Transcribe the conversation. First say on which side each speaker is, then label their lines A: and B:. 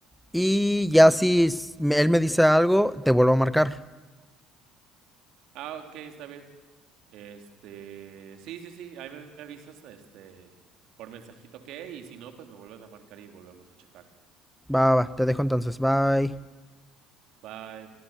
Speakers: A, in the centre; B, on the right (about 60°).
A: Y ya si s- me- él me dice algo, te vuelvo a marcar.
B: Ah, ok, está bien. Este, sí, sí, sí, ahí me me avisas, este, por mensajito que, y si no, pues me vuelves a marcar y volvemos a checar.
A: Va, va, va, te dejo entonces. Bye.
B: Bye.